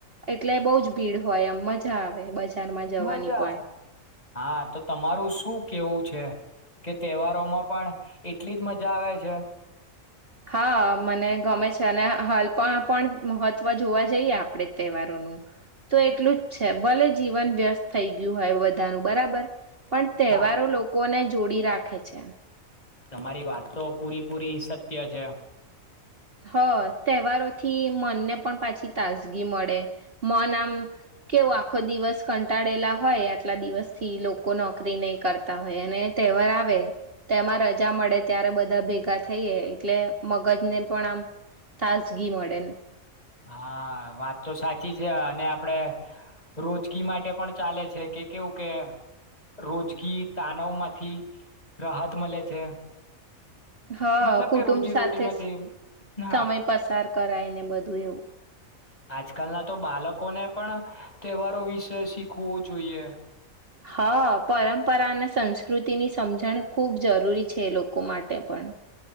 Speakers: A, on the right (about 45°); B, on the left (about 30°).
A: એટલે બહુજ ભીડ હોય એમ મજા આવે બજારમાં જવાની
B: મજા
A: પણ
B: હા તો તમારું શું કેવું છે કે તહેવારોમાં પણ એટલી જ મજા આવે છે
A: હા મને ગમે છે અને હાલ પણ પણ મહત્વ જોવા જઈએ આપણે તહેવારોનું તો એટલું જ છે ભલે જીવન વ્યસ્ત થઈ ગયું હોય બધાનું બરાબર પણ તહેવારો
B: હા
A: લોકોને જોડી રાખે છે
B: તમારી વાત તો પૂરી પૂરી સત્ય છે
A: હ તહેવારોથી મનને પણ પાછી તાજગી મળે મન આમ કેવું આખો દિવસ કંટાળેલા હોય આટલા દિવસથી લોકો નોકરી નહી કરતા હોય અને તહેવાર આવે તેમાં રજા મળે ત્યારે બધા ભેગા થઈએ એટલે મગજને પણ આમ તાજગી મળે
B: હા વાત તો સાચી છે અને આપડે રોજગી માટે પણ ચાલે છે કે કેવું કે રોજગી તાનાવ માંથી રાહત મળે છે
A: હા
B: મતલબ
A: કુટુંબ
B: કે રોજી
A: સાથે
B: રોટી માંથી
A: સમય પસાર કરાય ને બધું એવું
B: આજ કલ ના તો બાળકોને પણ તહેવારો વિશે શીખવું જોઈએ
A: હા પરંપરા અને સંસ્કૃતિની સમજણ ખૂબ જરૂરી છે એ લોકો માટે પણ